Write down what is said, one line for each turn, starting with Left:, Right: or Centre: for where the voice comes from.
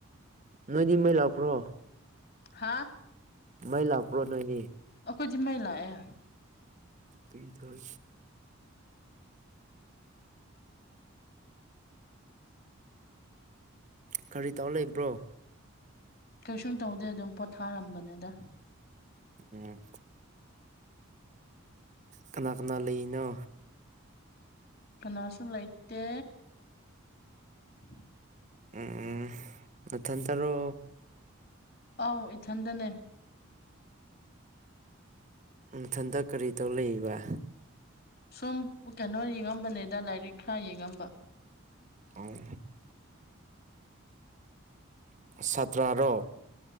Right: ꯅꯣꯏꯗꯤ ꯃꯩ ꯂꯥꯛꯄ꯭ꯔꯣ
Left: ꯍꯥꯥ
Right: ꯃꯩ ꯂꯥꯛꯄ꯭ꯔꯣ ꯅꯣꯏꯗꯤ
Left: ꯑꯣꯈꯣꯏꯗꯤ ꯃꯩ ꯂꯥꯛꯑꯦ
Right: ꯑꯩ ꯊ ꯎꯝ ꯀꯔꯤ ꯇꯧ ꯂꯩꯕ꯭ꯔꯣ
Left: ꯀꯩꯁꯨ ꯇꯧꯗꯦ ꯑꯗꯨꯝ ꯄꯣꯊꯥꯔꯝꯕꯅꯤꯗ
Right: ꯎꯝ ꯀꯅꯥ ꯀꯅꯥ ꯂꯩꯅꯣ
Left: ꯀꯅꯥꯁꯨꯨ ꯂꯩꯇꯦ <inaudible>
Right: ꯎꯝ ꯅꯊꯟꯇꯔꯣ
Left: ꯑꯥꯎ ꯏꯊꯟꯗꯅꯦ
Right: ꯅꯊꯟꯇ ꯀꯔꯤ ꯇꯧ ꯂꯩꯔꯤꯕ
Left: ꯁꯨꯝ ꯀꯩꯅꯣ ꯌꯦꯡꯉꯝꯕꯅꯦꯗ ꯂꯥꯏꯔꯤꯛ ꯈ꯭ꯔꯥ ꯌꯦꯡꯉꯝꯕ
Right: ꯑꯧ ꯁꯥꯇ꯭ꯔꯔꯣ